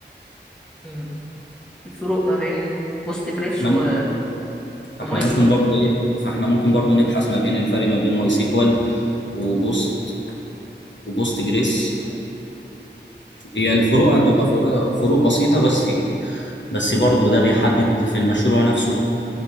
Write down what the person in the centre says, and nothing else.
مم. الفروق ما بين بوست جريس
و...
وماي سيكوال